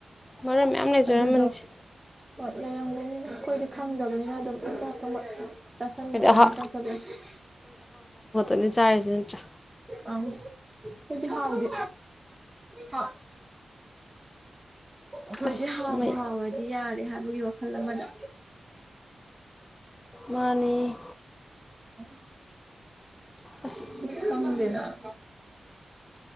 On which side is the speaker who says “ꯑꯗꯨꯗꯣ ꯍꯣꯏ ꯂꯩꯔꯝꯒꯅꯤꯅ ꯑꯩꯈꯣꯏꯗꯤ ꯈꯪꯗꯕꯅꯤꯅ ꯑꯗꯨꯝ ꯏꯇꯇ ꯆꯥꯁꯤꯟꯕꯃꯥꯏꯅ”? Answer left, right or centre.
Right